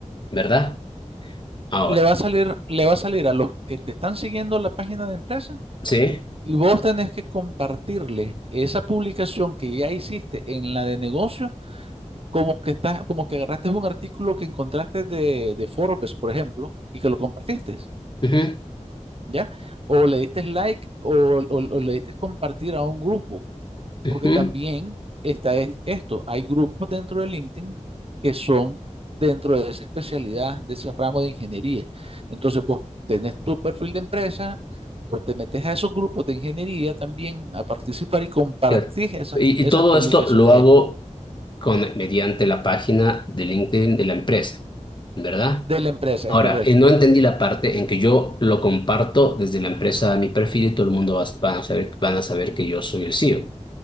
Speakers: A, on the left; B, on the right.
A: ¿verdad? Ahora,
B: le va a salir, le va a salir a los que te están siguiendo la página de empresa
A: ¿sí?
B: y vos tenés que compartirle esa publicación que ya hiciste en la de negocio, como que estás, como que agarraste un artículo que encontraste de, de Forbes, por ejemplo, y que lo compartiste,
A: Ujú,
B: ¿ya? O le diste like o, o o le diste compartir a un grupo
A: ujú.
B: Porque también está es- esto, hay grupos dentro de LinkedIn que son dentro de esa especialidad, de ese ramo de ingeniería. Entonces, vos tenés tu perfil de empresa, pues te metes a esos grupos de ingeniería también a participar y compartís
A: Claro.
B: esas,
A: Y,
B: esas
A: y todo
B: publicaciones
A: esto lo hago
B: ahí
A: con, mediante la página de LinkedIn de la empresa, ¿verdad?
B: de la empresa,
A: Ahora,
B: es correcto.
A: eh, no entendí la parte en que yo lo comparto desde la empresa a mi perfil y todo el mundo va, van a saber, van a saber que yo soy el CEO.